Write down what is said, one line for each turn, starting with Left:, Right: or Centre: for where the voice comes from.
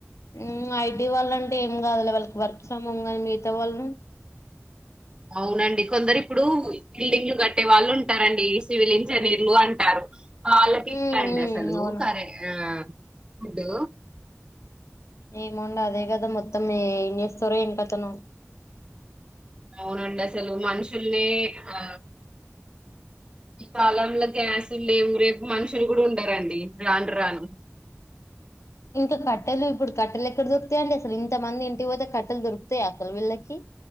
Left: మ్ ఐటీ వాళ్ళ అంటే ఏం కాదులే వాళ్ళకి వర్క్ ఫ్రమ్ హోమ్ గాని మిగతా వాళ్ళు
Right: అవునండి కొందరు ఇప్పుడు బిల్డింగ్లు కట్టే వాళ్ళు ఉంటారండి సివిల్ ఇంజనీర్లు అంటారు వాళ్లకి
Left: ఉమ్
Right: ఎట్ల అండి
Left: ఉమ్
Right: అసలు
Left: అవును
Right: కరే ఆ ఫుడ్
Left: ఏమోండి అదే కదా మొత్తం ఏం చేస్తారు ఏం కథనో
Right: అవునండి అసలు మనుషుల్ని ఆ ఈ కాలంలో గ్యాస్ ల్లేవు రేపు మనుషులు కూడా ఉండరండి రాను రాను
Left: ఇంక కట్టెలు ఇప్పుడు కట్టెలు ఎక్కడ దొరుకుతాయి అండి అసలు ఇంతమంది ఇంటికి పోతే కట్టెలు దొరుకుతాయ అసలు వీళ్ళకి